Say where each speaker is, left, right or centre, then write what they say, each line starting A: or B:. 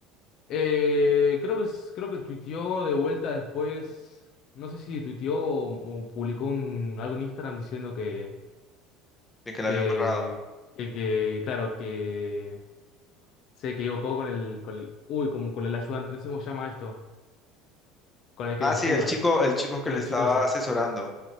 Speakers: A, on the left (about 55°); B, on the left (about 15°).
A: Eh, creo que, es- creo que tuiteó de vuelta después, no sé si tuiteó o, o publicó un- algo en Instagram diciendo que,
B: de que la
A: que,
B: habían barrado.
A: que, que, claro, que se equivocó con el, con el, uy, como con el ayudante, no sé cómo se llama esto, con el que
B: Ah,
A: lo ayuda,
B: sí, el chico, el chico que
A: con
B: le
A: el
B: estaba
A: chico ese.
B: asesorando,